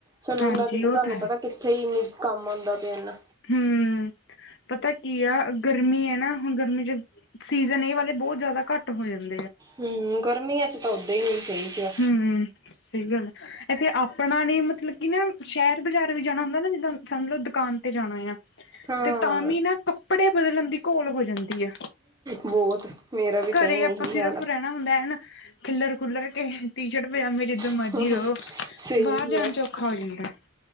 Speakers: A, on the right; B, on the left.
A: ਸਲੂਨਾ
B: ਹਾਂਜੀ
A: ਚ ਤੇ
B: ਉਹ
A: ਤਾਨੂੰ
B: ਤਾਂ
A: ਪਤਾ
B: ਹੈ
A: ਕਿੱਥੇ ਈ ਇਨੀ ਕਾਮ ਆਂਦਾ ਪੇਆ ਇੰਨਾ।
B: ਹਮ ਪਤਾ ਕੀ ਆ ਗਰਮੀ ਐ ਨਾ, ਹੁਣ ਗਰਮੀ ਚ ਸੀਜਨ ਏਹ ਵਾਲੇ ਬੋਹੋਤ ਜਾਦਾ ਕਾਟ ਹੋ ਯਨ
A: ਹਮ ਗਰਮੀਆ ਚ ਤਾ ਓਦਾ ਈ ਨਈ, ਸਈ ਕੇਆ
B: ਹਮ ਸਈ ਗੱਲ ਏ। ਏਥੇ ਆਪਣਾ ਨੀ ਮਤਲਬ ਕਿ ਨਾ ਸ਼ੇਹਰ ਬਾਜ਼ਾਰ ਵੀ ਜਾਣਾ ਹੁੰਦਾ ਨਾ ਜਿੱਦਾ ਸਮਝ ਲਓ ਦੁਕਾਨ ਤੇ ਜਾਣਾ ਏ ਯਾ
A: ਹਾਂ
B: ਤੇ ਤਾ ਵੀ ਨਾ ਕੱਪੜੇ ਬਦਲਣ ਦੀ ਘੋਲ ਹੋ ਜਾਦੀ ਆ,
A: ਬਹੁਤ ਮੇਰਾ ਵੀ ਸੇਮ
B: ਘਰੇ
A: ਇਹੀ
B: ਅਪਾ ਸਿਰਫ
A: ਹਾਲ ਆ
B: ਰੇਣ ਹਣਾ ਹੁੰਦਾ ਏ ਨਾ, ਖਿਲਰ ਖੁਲਰ ਕੇ ਟੀ ਸ਼ਰਟ ਪਜਾਮੇ ਚ ਜਿੱਦਾ
A: ਸਹੀ
B: ਮਜੀ ਰੋ, ਬਾਹਰ ਜਾਣ
A: ਹੈ
B: ਚ ਔਖਾ ਹੋ ਜਾਂਦਾ ਏ।